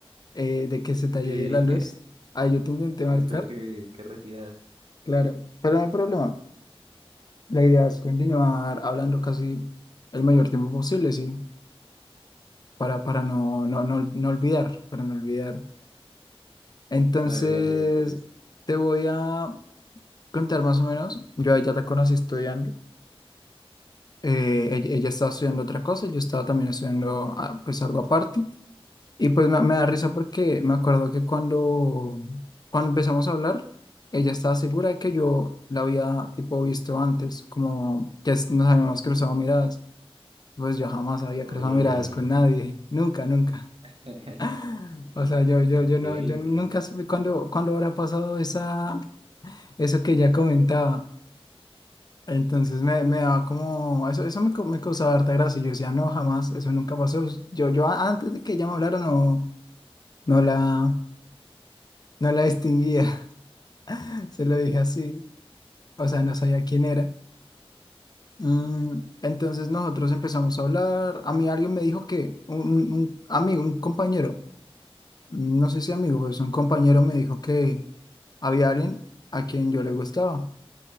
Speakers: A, on the left; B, on the right.
A: eh, de que se te haya
B: Sí,
A: ido la luz. Ahí yo te intenté
B: <laughs>
A: marcar,
B: me tuve que, que retirar.
A: claro, pero no hay problema. La idea es continuar hablando casi el mayor tiempo posible, sí, para, para no, no, no, no olvidar, para no olvidar. Entonces,
B: Dale, dale, me parece.
A: te voy a contar más o menos. Yo a ella la conocí estudiando. Eh, ella, ella estaba estudiando otra cosa, yo estaba también estudiando ah, pues algo aparte. Y pues me, me da risa porque me acuerdo que cuando, cuando empezamos a hablar, ella estaba segura de que yo la había tipo visto antes, como que es- nos habíamos cruzado miradas. Pues yo jamás había
B: Uy.
A: cruzado miradas con nadie, nunca, nunca.
B: <laughs>
A: <laughs> O sea, yo, yo,
B: Ok,
A: yo no, yo nunca
B: ok.
A: supe cuándo, cuándo habrá pasado esa, eso que ella comentaba. Entonces me, me daba como, eso, eso me, co- me causaba harta gracia. Y Yo decía, no, jamás, eso nunca pasó. Yo, yo a- antes de que ella me hablara, no, no la. No la distinguía, <laughs> se lo dije así, o sea, no sabía quién era. Mm, entonces nosotros empezamos a hablar, a mí alguien me dijo que, un, un- un amigo, un compañero, no sé si amigo, pues un compañero me dijo que había alguien a quien yo le gustaba